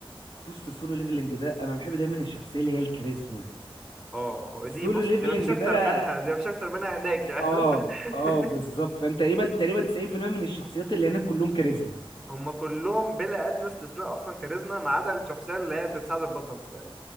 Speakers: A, on the left; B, in the centre.
A: بص السولو ليفلنج ده انا بحب دايما الشخصيه اللي هي الكاريزما
B: اه
A: السولو
B: دي بص
A: ليفلنج
B: دي مفيش اكتر
A: ده
B: منها دي مفيش اكتر منها هناك يعني
A: اه
B: <laughs>
A: اه بالظبط فانت تقريبا تقريبا 90% من الشخصيات اللي هناك كلهم كاريزما
B: هم كلهم بلا ادنى استثناء اصلا كاريزما ما عدا الشخصيه اللي هي بتساعد البطل